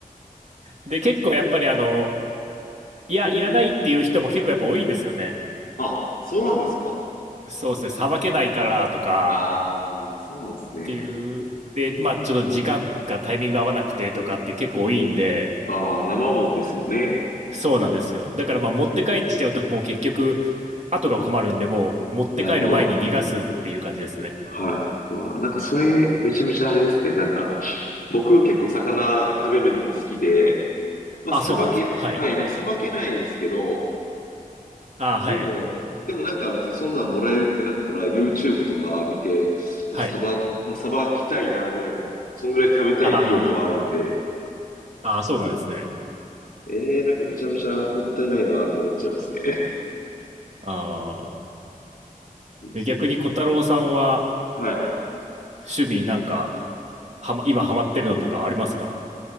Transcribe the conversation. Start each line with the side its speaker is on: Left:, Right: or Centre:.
Right: で、結構やっぱりあの、いや、いらないっていう人も結構やっぱ多いんですよね。
Left: あ、そうなんですか。
Right: そうですね、さばけないからとか
Left: ああ、そうなんですね。
Right: っていう、で、まあちょっと時間がタイミング合わなくてとかって結構多いんで、
Left: ああ、生もんですもんね。
Right: そうなんですよ。だからまあ持って帰っちゃうともう結局、後が困るんで、もう持って帰る前に逃がすっていう感じですね。
Left: なるほど。はい。わあ、なんかそれ、めちゃめちゃあれですね。なんか、僕結構魚食べるのも好きで、まあ、
Right: あ、
Left: さばけ、
Right: そうなんですか。はい。
Left: はい、でもさばけないですけど、
Right: あ、はい。
Left: でも、でもなんか別にそんなんもらえるってなったら、YouTube とか見て、まあ、
Right: はい。
Left: さば、まあ、さばきたいなぐらいの、そんぐらい食べたい意欲はあるんで、
Right: ああ、あ、そうなんですね。
Left: ええー、なんかめちゃめちゃもったいないなって思っちゃいますね。
Right: ああ。
Left: <laughs> いいですね。
Right: で、逆に小太郎さんは、
Left: はい。
Right: 趣味なんか、はま、今ハマってるのとかありますか